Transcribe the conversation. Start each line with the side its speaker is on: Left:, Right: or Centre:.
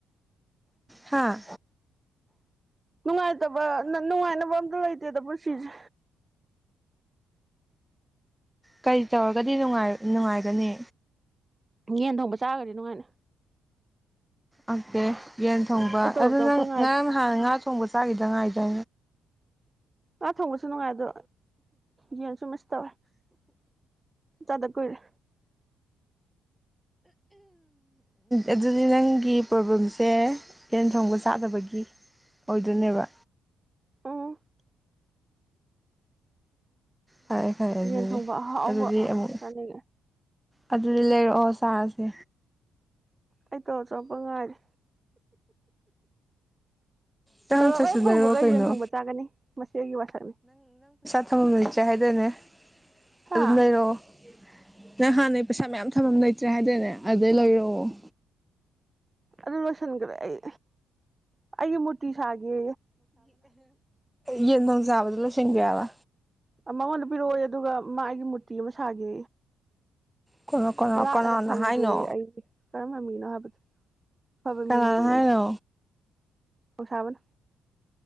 Centre: ꯍꯥꯥ
Right: ꯅꯨꯡꯉꯥꯏꯇꯕ ꯅꯨꯡꯉꯥꯏꯅꯕ ꯑꯝꯇ ꯂꯩꯇꯦꯗ ꯄꯨꯟꯁꯤꯁꯦ
Centre: ꯀꯔꯤ ꯇꯧꯔꯒꯗꯤ ꯅꯨꯡꯉꯥꯏꯒꯅꯤ
Right: ꯌꯦꯟ ꯊꯣꯡꯕ ꯆꯥꯒꯗꯤ ꯅꯨꯡꯉꯥꯏꯅꯤ
Centre: ꯑꯣꯀꯦ ꯌꯦꯟ ꯊꯣꯡꯕ
Right: ꯑꯩ ꯇꯣꯂꯣꯞ
Centre: ꯑꯗꯨ
Right: ꯆꯪꯉꯛꯄ
Centre: ꯅꯪ
Right: ꯉꯥꯏꯔꯤ
Centre: ꯉꯔꯥꯡ ꯍꯥꯟꯅ ꯉꯥ ꯊꯣꯡꯕ ꯆꯥꯈꯤꯗꯉꯥꯏꯦ ꯇ
Right: ꯑꯥ ꯊꯣꯡꯕꯁꯨ ꯅꯨꯡꯉꯥꯏ ꯑꯗꯣ ꯌꯦꯟꯁꯨ ꯇ ꯆꯗ ꯀꯣꯏꯔ
Centre: ꯑꯗꯨꯗꯤ ꯅꯪꯒꯤ ꯄ꯭ꯔꯣꯕ꯭ꯂꯦꯝꯁꯦ ꯍꯦꯟ ꯊꯣꯡꯕ ꯆꯥꯗꯕꯒꯤ ꯑꯣꯏꯗꯣꯏꯅꯦꯕ
Right: ꯑꯥ
Centre: ꯐꯔꯦ ꯐꯔꯦ
Right: ꯌꯦꯖꯦꯟ
Centre: ꯑꯗꯨꯗꯤ
Right: ꯊꯪꯕ ꯑꯍꯥꯎꯕ
Centre: ꯑꯗꯨꯗꯤ ꯑꯃꯨꯛ
Right: ꯈꯔ ꯂꯩꯒꯦ
Centre: ꯑꯗꯨꯗꯤ ꯂꯩꯔꯛꯑꯣ ꯁꯥꯥꯔꯁꯦ
Right: ꯑꯩ ꯇꯧ ꯆꯄ ꯉꯥꯏꯔꯦ
Centre: ꯆꯪꯉꯛꯇ꯭ꯔꯁꯨ
Right: ꯇꯧꯔꯛꯑꯣ ꯐꯪꯕꯒ
Centre: ꯂꯩꯔꯛꯑꯣ ꯀꯩꯅꯣ
Right: ꯌꯦꯟ ꯊꯣꯡꯕ ꯆꯥꯒꯅꯤ ꯃꯁꯤ ꯑꯩꯒꯤ ꯋꯥꯁꯛꯅꯤ
Centre: ꯊꯝꯃꯝ ꯂꯩꯆꯦ ꯍꯥꯏꯗꯅꯦ
Right: ꯍꯥ
Centre: ꯑꯗꯨꯅꯥꯏꯩꯅꯣ ꯅꯪ ꯍꯥꯟꯅꯩ ꯄꯩꯁꯥ ꯃꯌꯥꯝ ꯊꯝ ꯑꯃ ꯂꯩꯇ꯭ꯔꯦ ꯍꯥꯏꯗꯅꯦ ꯑꯗꯨꯗꯩ ꯂꯩꯔꯛꯑꯣ
Right: ꯑꯗꯨ ꯂꯣꯏꯁꯤꯟꯈ꯭ꯔꯦ ꯑꯩ ꯑꯩꯒꯤ ꯃꯨꯔꯇꯤ ꯁꯥꯒꯦ
Centre: ꯌꯦ ꯅꯖꯥꯕꯗ ꯆꯁꯤꯡꯒꯌꯥ ꯋꯥ
Right: ꯃꯉꯣꯟꯗ ꯄꯤꯔꯛꯑꯣ ꯑꯗꯨꯒ ꯃꯥ ꯑꯩꯒꯤ ꯃꯨꯔꯇꯤ ꯑꯃ ꯁꯥꯒ
Centre: ꯀꯅꯥ ꯀꯅꯥ
Right: ꯂꯥꯠꯂꯒ
Centre: ꯀꯅꯥꯅ
Right: ꯊꯝꯒꯦ
Centre: ꯍꯥꯏꯅꯣ
Right: ꯑꯩꯁ ꯀꯔꯝꯕꯃꯤꯡ ꯍꯥꯕꯗ ꯍꯕ
Centre: ꯀꯅꯥꯅ
Right: ꯃꯤꯅꯤ
Centre: ꯍꯥꯏꯅꯣ
Right: ꯌꯥꯁꯤ ꯑꯣꯁꯕꯅ